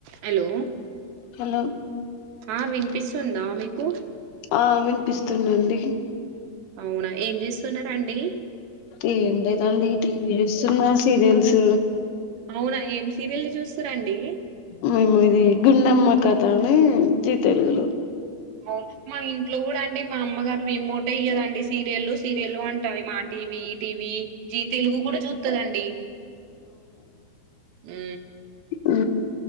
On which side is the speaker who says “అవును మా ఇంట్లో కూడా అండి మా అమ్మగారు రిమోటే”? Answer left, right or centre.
Right